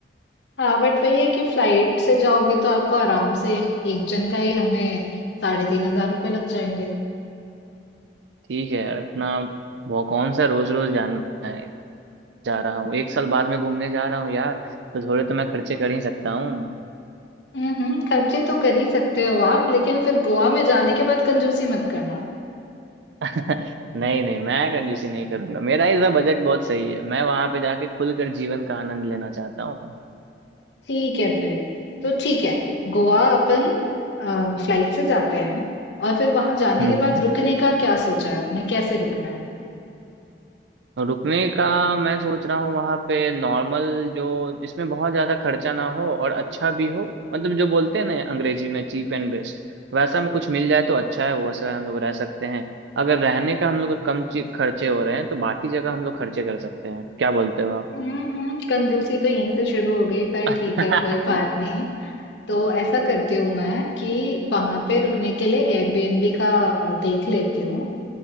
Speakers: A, on the left; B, on the right.
A: हाँ, बट वही है कि फ्लाइट से जाओगे तो आपको आराम से एक जन का ही हमें साढ़े 3,000 रुपए लग जाएँगे।
B: ठीक है यार इतना वो कौन सा रोज रोज जाना है जा रहा हूँ एक साल बाद में घूमने जा रहा हूँ यार तो थोड़े तो मैं खर्चे कर ही सकता हूँ
A: हम्म हम्म, खर्चे तो कर ही सकते हो आप लेकिन फिर गोवा में जाने के बाद कंजूसी मत करना
B: <laughs> नहीं नहीं मैं कंजूसी नहीं करूंगा मेरा इस बार बजट बहुत सही है मैं वहां पे जाके खुलकर जीवन का आनंद लेना चाहता हूँ
A: ठीक है फिर तो ठीक है गोवा अपन फ्लाइट से जाते हैं और फिर वहां जाने
B: हम्म
A: के
B: हम्म।
A: बाद रुकने का क्या सोचा है आपने कैसे रुकना है
B: और रुकने का मैं सोच रहा हूँ वहां पे नॉर्मल जो जिसमें बहुत ज्यादा खर्चा ना हो और अच्छा भी हो मतलब जो बोलते हैं ना अंग्रेजी में चीप एंड बेस्ट वैसा में कुछ मिल जाए तो अच्छा है वैसा हम लोग रह सकते हैं अगर रहने का हम लोग का कम ची- खर्चे हो रहे हैं तो बाकी जगह हम लोग खर्चे कर सकते हैं क्या बोलते हो आप
A: हम्म हम्म, कंजूसी तो यहीं से शुरू हो गई पर
B: <laughs>
A: ठीक है कोई बात नहीं तो ऐसा करती हूँ मैं कि वहां पे रुकने के लिए एयरबीएनबी का अ, देख लेती हूँ